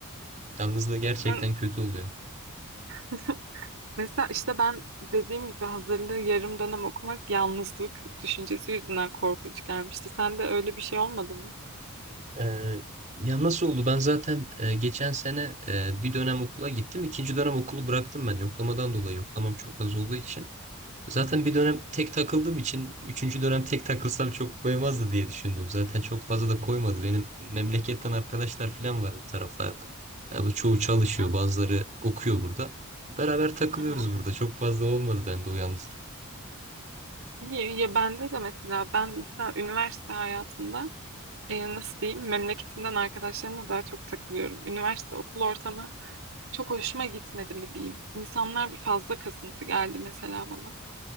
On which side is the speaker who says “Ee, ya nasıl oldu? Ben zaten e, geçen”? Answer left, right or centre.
Right